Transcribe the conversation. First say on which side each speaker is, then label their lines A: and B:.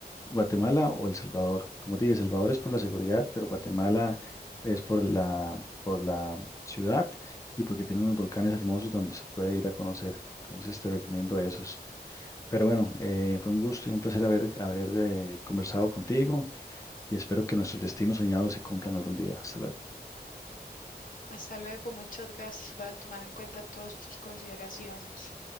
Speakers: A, on the left; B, on the left.
A: Guatemala o El Salvador, como te dije, El Salvador es por la seguridad, pero Guatemala es por la, por la ciudad y porque tiene unos volcanes hermosos donde se puede ir a conocer. Entonces te recomiendo esos. Pero bueno, eh, fue un gusto y un placer haber, haber eh, conversado contigo y espero que nuestros destinos soñados se cumplan algún día. Hasta luego.
B: Hasta luego, muchas gracias. Voy a tomar en cuenta todas tus consideraciones.